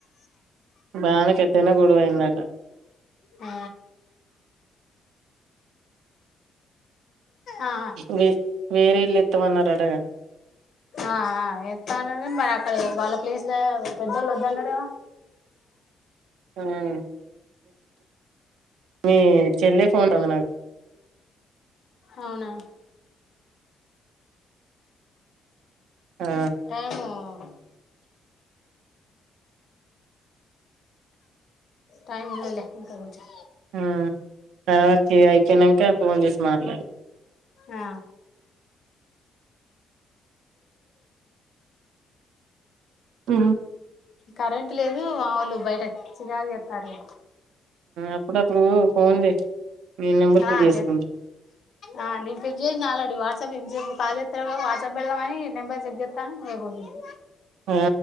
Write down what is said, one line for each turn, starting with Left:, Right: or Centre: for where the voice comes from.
Right: బానే పెద్దైన గోడవయిందట
Left: ఆ ఆ.
Right: వే వేరేల్లు ఇత్తమన్నారు అట కదా
Left: ఆ ఆ ఇత్త అన్నరు కాని అక్కడ వాళ్ళ ప్లేస్ల పెద్దోళ్ళు వద్దన్నారేమో
Right: ఉమ్ మీ చెల్లె ఫోన్ అందన
Left: అవునా
Right: ఆ
Left: ఏమో <inaudible> టైమ్ ఉన్నాదిలే ఇంకా కొంచం
Right: ఆ తర్వాట్కి అయిపోనాక ఫోన్ చేసి మాట్లాడు
Left: ఆ
Right: ఆ
Left: కరెంట్ లేదు మా వాళు బయట చికాకు చేస్తార్రూ
Right: అప్పుడు అప్పుడు ఫోన్ చే మీ నెంబర్ కు
Left: ఆ
Right: చేసుకుంటాను.
Left: చెప్ ఆ నిన్ ఫీట్ చేసిన ఆల్రెడీ వాట్సాప్ ఇన్సేు కాల్ చేతవమో వాట్సప్ పెడుత్దామీ న్ నెంబర్ చెక్ చేతనా నీవే ఫోన్చేసినవు
Right: ఆ